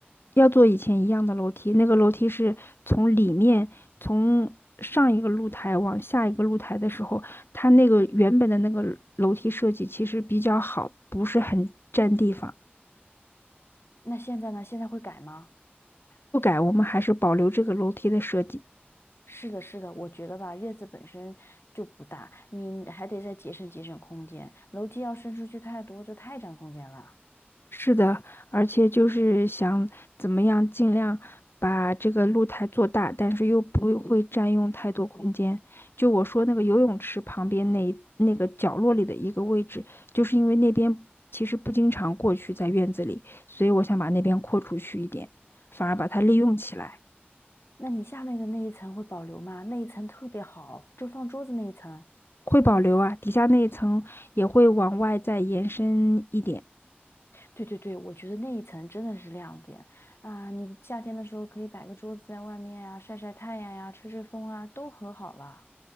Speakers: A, on the left; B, on the left.
A: 要做以前一样的楼梯，那个楼梯是从里面从上一个露台往下一个露台的时候，它那个原本的那个楼梯设计其实比较好，不是很占地方。
B: 那现在呢？现在会改吗？
A: 不改，我们还是保留这个楼梯的设计。
B: 是的，是的，我觉得吧，院子本身就不大，你还得再节省节省空间。楼梯要伸出去太多，就太占空间了。
A: 是的，而且就是想怎么样尽量把这个露台做大，但是又不会占用太多空间。就我说那个游泳池旁边那一那个角落里的一个位置，就是因为那边其实不经常过去在院子里，所以我想把那边扩出去一点，反而把它利用起来，
B: 那你下面的那一层会保留吗？那一层特别好，就放桌子那一层。
A: 会保留啊，底下那一层也会往外再延伸一点。
B: 对对对，我觉得那一层真的是亮点啊！你夏天的时候可以摆个桌子在外面啊，晒晒太阳呀、吹吹风啊，都很好了。